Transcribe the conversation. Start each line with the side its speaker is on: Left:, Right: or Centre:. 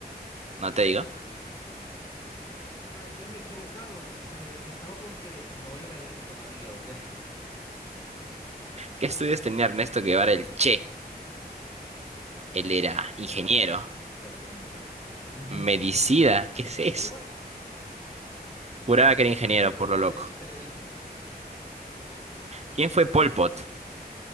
Right: no te digo.
Left: Ay, ve, me he equivocado. O sea, estaba con que no era Evo todavía, ¿o qué? <laughs>
Right: ¿Qué estudios tenía Ernesto Guevara el Che? Él era ingeniero,
Left: Ay, qué pregunta. Mi,
Right: medicida ¿qué es eso?
Left: what?
Right: Juraba que era ingeniero,
Left: Para mí estaba
Right: por
Left: entre
Right: lo loco.
Left: derecho y periodismo.
Right: ¿Quién fue Pol Pot?